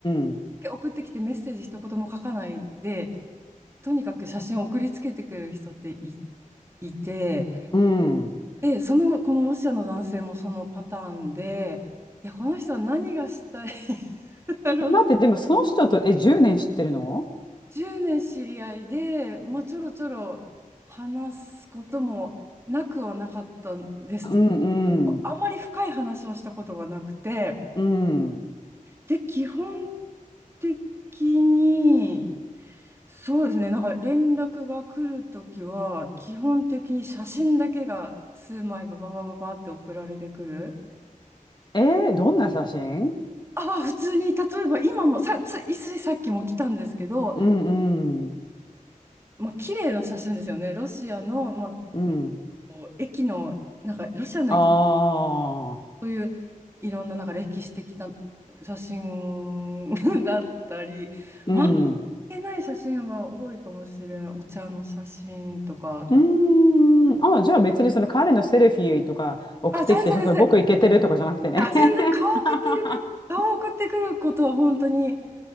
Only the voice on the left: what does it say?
うん。
うん。
待って、でもその人と、え、10年知ってるの
うんうん。
うん。
えー、どんな写真
うんうん。
うん。
ああ
うん。
ー。
うーん。あ、じゃあ別にその彼のセルフィーとか送ってきて、
ちょっと僕イケてるとかじゃなくてね。
<laughs>